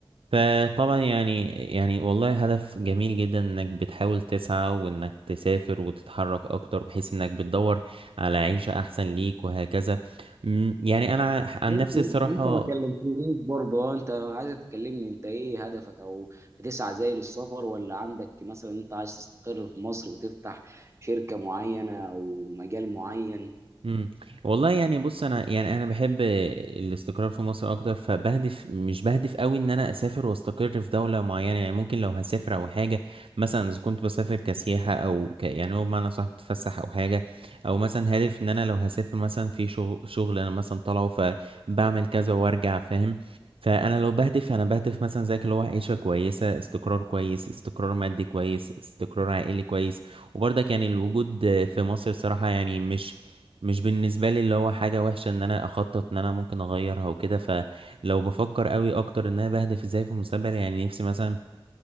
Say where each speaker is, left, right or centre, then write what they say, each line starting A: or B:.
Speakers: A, on the right (about 75°); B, on the right (about 30°).
A: فطبعا يعني يعني والله هدف جميل جدا انك بتحاول تسعى وانك تسافر وتتحرك اكتر بحيث انك بتدور على عيشة احسن ليك وهكذا أمم، يعني انا عن
B: انت
A: نفسي الصراحة
B: انت ما كلمتنيش برضه اه انت عايز تكلمني انت ايه هدفك او بتسعى زي للسفر ولا عندك مثلا انت عايز تستقر في مصر وتفتح شركة معينة او مجال معين
A: مم. والله يعني بص انا يعني انا بحب الاستقرار في مصر اكتر فبهدف مش بهدف قوي ان انا اسافر واستقر في دوله معينه يعني ممكن لو هسافر او حاجه مثلا اذا كنت بسافر كسياحه او ك يعني هو بمعنى صح بتفسح او حاجه او مثلا هدف ان انا لو هسافر مثلا في شغل شغل انا مثلا طالعه فبعمل كذا وارجع فاهم فانا لو بهدف انا بهدف مثلا زيك اللي هو عيشه كويسه استقرار كويس استقرار مادي كويس استقرار عائلي كويس وبرضك يعني الوجود في مصر صراحة يعني مش مش بالنسبة لي اللي هو حاجة وحشة ان انا اخطط ان انا ممكن اغيرها وكده فلو بفكر قوي اكتر ان انا بهدف ازاي في المستقبل يعني نفسي مثلا